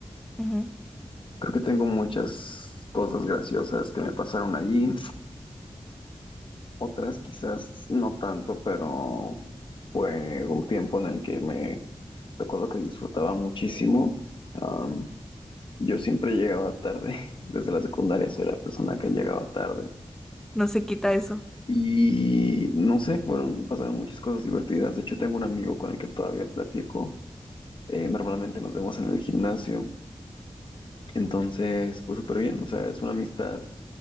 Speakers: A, in the centre; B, on the left.
A: Ujú,
B: Creo que tengo muchas cosas graciosas que me pasaron allí, otras quizás no tanto, pero fue un tiempo en el que me recuerdo que disfrutaba muchísimo. Am, yo siempre llegaba tarde, <laughs> desde la secundaria soy la persona que llegaba tarde.
A: No se quita eso.
B: Y no sé, fueron, pasaron muchas cosas divertidas. De hecho, tengo un amigo con el que todavía platico. Eh, normalmente nos vemos en el gimnasio. Entonces, pues súper bien, o sea, es una amistad